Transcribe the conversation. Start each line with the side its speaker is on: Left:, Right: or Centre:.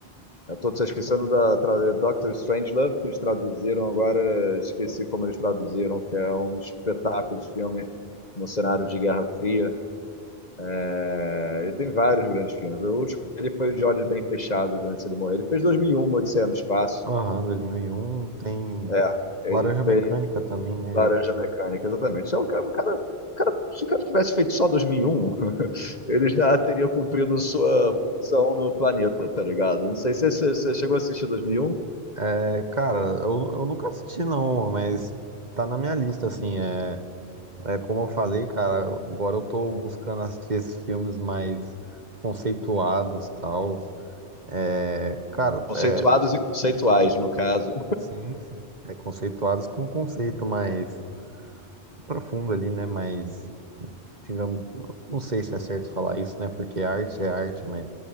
Left: Eu tô esquecendo da tra... Doctor Strangelove, que eles traduziram agora, esqueci como eles traduziram, que é um espetáculo de filme no cenário de Guerra Fria. É, Ele tem vários grandes filmes. O último ele foi o de Olhos Bem Fechados antes de ele morrer. Ele fez 2001, Odisseia no Espaço.
Right: Aham, 2001 tem
Left: É, ele
Right: Laranja Mecânica
Left: fez
Right: também, né?
Left: Laranja Mecânica, exatamente. Se o cara, o cara, o cara- se o cara tivesse feito só 2001, <laughs> ele já teria cumprido sua função no planeta, tá ligado? Não sei se você você chegou a assistir 2001.
Right: É, cara, eu, eu nunca assisti não, mas tá na minha lista, assim, é, é como eu falei, cara, agora eu tô buscando assistir esses filmes mais conceituados, tal, é, cara,
Left: Conceituados
Right: é,
Left: e conceituais, no caso.
Right: sim, sim, é conceituados com um conceito mais profundo ali, né, mais, digamos, não sei se é certo falar isso, né, porque arte é arte, mas